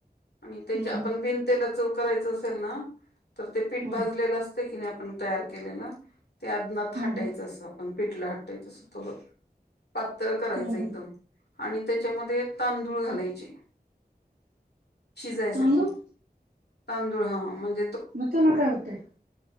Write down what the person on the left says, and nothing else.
आणि त्याच्या
आपण
बिनतेलचं करायचस तेल ना तर ते पीठ
भाजलेले असतं की नाही आपण तयार केलेला त्यात तनात हाटायचं
असं आपण पिटलं हटायचं असं थोडं पातळ करायचं
एकदम.
आणि त्याच्यामध्ये एक तांदूळ घालायचे शिजायसाठी.
तांदुळ हा मंग